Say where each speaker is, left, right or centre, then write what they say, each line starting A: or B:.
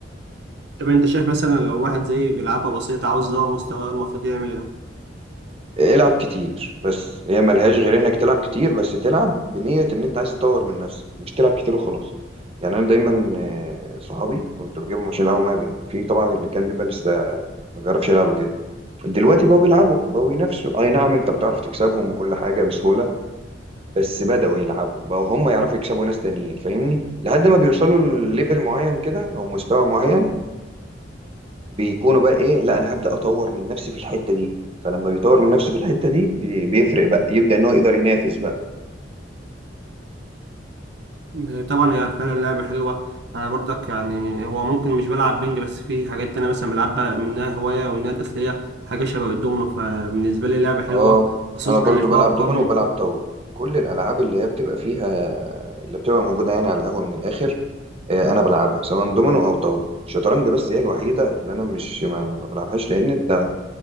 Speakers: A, on the right; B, on the right.
A: طب انت شايف مثلا لو واحد زي بيلعبها بسيطة عاوز يدور مستواه المفروض يعمل
B: العب كتير بس هي ملهاش غير انك تلعب كتير بس تلعب بنية ان انت عايز تطور من نفسك مش تلعب كتير وخلاص يعني انا دايما آه، صحابي كنت بجيبهم عشان يلعبوا معايا بينج في طبعا اللي كان بيبقى لسه ما بيعرفش يلعبوا كده دلوقتي بقوا بيلعبوا بقوا ينافسوا اي نعم انت بتعرف تكسبهم وكل حاجة بسهولة بس بدأوا يلعبوا بقوا هم يعرفوا يكسبوا ناس تانيين فاهمني لحد ما بيوصلوا لليفل معين كده او مستوى معين بيكونوا بقى ايه لا انا هبدأ اطور من نفسي في الحتة دي فلما بيطور من نفسه في الحتة دي بي- بيفرق بقى يبدأ ان هو يقدر ينافس بقى
A: ايه؟ طبعا هي فعلا لعبة حلوة انا برضك يعني هو ممكن مش بلعب بنج بس في حاجات انا مثلا بلعبها منها هواية ومنها تسلية حاجة شبه الدومينو فبالنسبة لي لعبة حلوة
B: اه
A: خصوصا
B: انا برضو
A: في
B: بلعب
A: ارقام
B: دومينو وبلعب طاولة كل الالعاب اللي هي بتبقى فيها اللي بتبقى موجودة يعني على القهوة من الاخر آه، انا بلعبها سواء دومينو او طاولة الشطرنج بس هي الوحيدة اللي انا مش ما, ما بلعبهاش لان انت